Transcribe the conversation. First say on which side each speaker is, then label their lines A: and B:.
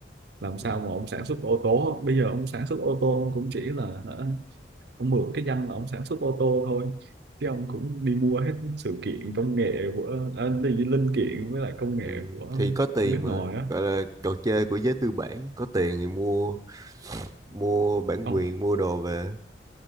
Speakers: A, on the right; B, on the right.
A: làm sao
B: Ừ.
A: mà ông sản xuất ô tô bây giờ ông sản xuất ô tô ông cũng chỉ là hả, ông mượn cái danh là ông sản xuất ô tô thôi chứ ông cũng đi mua hết sự kiện công nghệ của à, đi linh kiện với lại công nghệ
B: Ừ.
A: của
B: thì có tiền
A: nước
B: mà
A: ngoài á
B: gọi là trò chơi của giới tư bản có tiền thì mua mua bản
A: ông
B: quyền mua đồ về